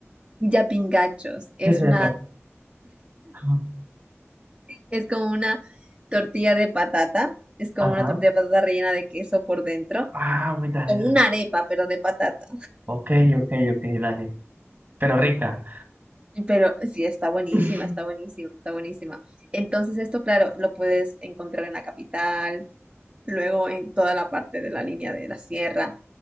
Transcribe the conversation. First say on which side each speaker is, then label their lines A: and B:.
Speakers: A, on the right (about 25°); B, on the right (about 45°).
A: yapingachos, es
B: qué es eso?
A: una,
B: Ajá.
A: es como una tortilla de patata, es como
B: Ajá.
A: una tortilla de patata rellena de queso por dentro,
B: Ah, muy dale,
A: como una arepa, pero de patata.
B: Ok, ok, ok, dale. Pero rica.
A: Pero sí, está buenísima,
B: <laughs>
A: está buenísima, está buenísima. Entonces esto, claro, lo puedes encontrar en la capital, luego en toda la parte de la línea de la sierra.